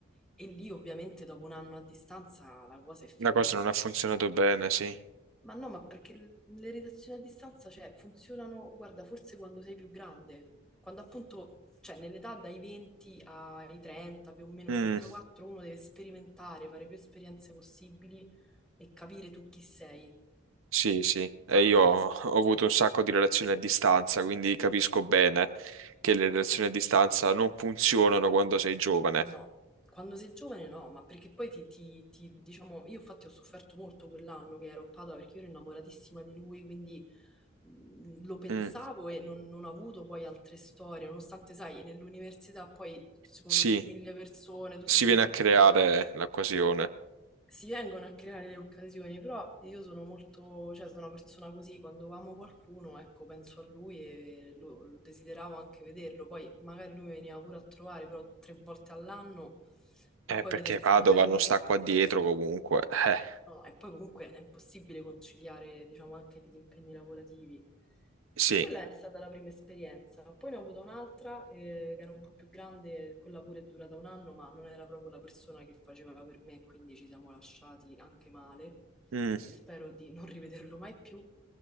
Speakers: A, in the centre; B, on the right.
A: e lì ovviamente dopo un anno a distanza la cosa è finita
B: la cosa non
A: perché...
B: ha funzionato bene, sì.
A: Ma no, ma perché le redazioni a distanza, cioè, funzionano, guarda, forse quando sei più grande, quando appunto, cioè, nell'età dai 20 ai 30, più o meno
B: Mm,
A: 34, uno deve sperimentare, fare più esperienze possibili e capire tu chi sei
B: sì, sì. E
A: tramite
B: io ho
A: es-
B: ho avuto un sacco di relazioni a distanza, quindi capisco bene che le relazioni a distanza non funzionano quando sei giovane.
A: No, quando sei giovane no, ma perché poi ti, ti- ti- diciamo, io infatti ho sofferto molto quell'anno che ero a Padova perché io ero innamoratissima di lui, quindi mh, lo pensavo
B: Mm,
A: e non, non ho avuto poi altre storie, nonostante, sai, nell'università poi ci conosci
B: sì,
A: mille persone, tutti,
B: si viene a creare
A: insomma, no?
B: l'occasione.
A: si vengono a creare le occasioni, però io sono molto, cioè sono una persona così, quando amo qualcuno, ecco, penso a lui e lo, lo desideravo anche vederlo, poi magari lui veniva pure a trovare, però tre volte all'anno e
B: Eh,
A: poi
B: perché
A: vedersi
B: Padova
A: magari
B: non
A: l'estate.
B: sta qua dietro comunque. Eh,
A: No, e poi comunque è impossibile conciliare, diciamo, anche gli impegni lavorativi.
B: sì.
A: E quella è stata la prima esperienza. Poi ne ho avuta un'altra, eh, che era un po' più grande, quella pure è durata un anno, ma non era proprio la persona che faceva per me, quindi ci siamo lasciati anche male.
B: Mm.
A: E spero di non rivederlo mai più.